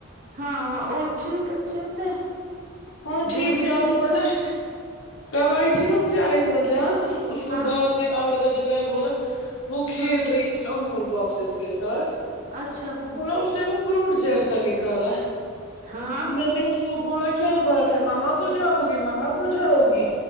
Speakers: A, on the right; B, on the left.
A: ہاں ہاں اور ٹھیک اچھے سے
B: ہاں ٹھیک
A: بیبی
B: تھی آپ
A: ٹھیک
B: کو پتہ ہے کل آئی تھی نا مجھے آیسل جان اس کو
A: ہاں
B: باپ نے آٹھ بجے گھر بولا وہ کھیل
A: ہاں
B: رہی تھی امول باکسیز کے ساتھ
A: اچھا
B: مطلب اس نے وہ بروٹ جیسا نکالا
A: ہاں
B: میں نے اس کو بولا کیا بات ہے مما کو جاو گی مما کو جاو گی